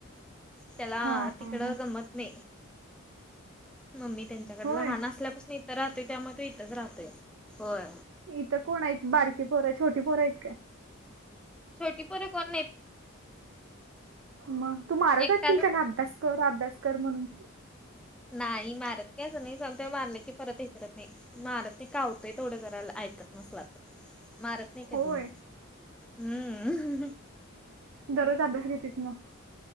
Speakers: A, in the centre; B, on the right.
A: त्याला
B: हा
A: तिकडं
B: हा
A: गमत नाही. मम्मी त्यांच्याकडं
B: होय
A: लहान असल्यापासून इथं राहतोय, त्यामुळं तो इथंच राहतोय, होय.
B: इथं कोण आहेत, बारकी पोर छोटी पोर आहेत काय?
A: छोटी पोरं कोण नाहीत.
B: मग तू मारत
A: एकटाच
B: असशील त्यांना अभ्यास कर अभ्यास कर म्हणून.
A: नाही मारत की असं नाही <unintelligible> मारले की परत हे करत नाही. मारत नाही कावतोय तेवढं जरा ऐकत नसला तर मार कधी
B: होय
A: मी, हम्म.
B: दररोज अभ्यास घेतीस मग